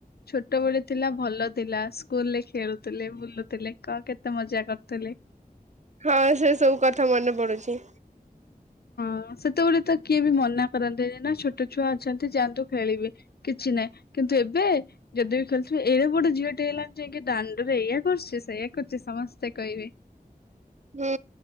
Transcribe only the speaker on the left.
ଛୋଟ ବଳେ ଥିଲା ଭଲ ଥିଲା ସ୍କୁଲ ରେ ଖେଳୁଥିଲେ ବୁଲୁଥିଲେ କ କେତେ ମଜା କରୁଥିଲେ।
ହଁ ସେତେବେଳେ ତ କିଏ ବି ମନା କରନ୍ତିନି ନା ଛୋଟ ଛୁଆ ଅଛନ୍ତି ଯାଆନ୍ତୁ ଖେଳିବେ ବୋଲି କିଛି ନାହିଁ କିନ୍ତୁ ଏବେ ଯଦି ବି ଖେଳୁଥିବେ ଏଡେ ବଡ ଝିଅଟିେ ହେଇଲାଣି ଯାଇକ ଦାଣ୍ଡରେ ଏଇଆ କରୁଚୁ ସେଇୟଆ କରୁଚୁ ସମସ୍ତେ କହିବେ।